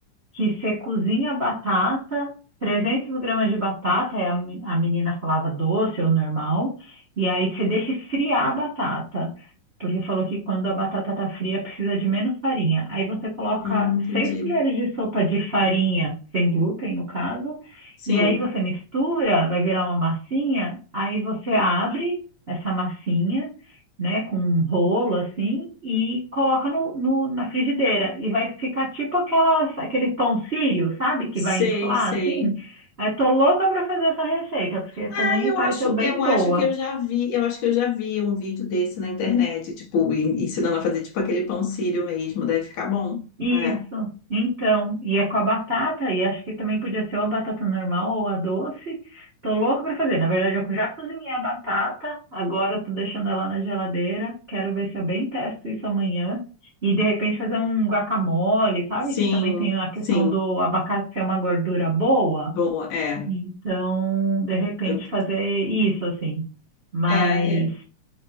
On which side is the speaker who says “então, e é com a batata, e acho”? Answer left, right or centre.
Right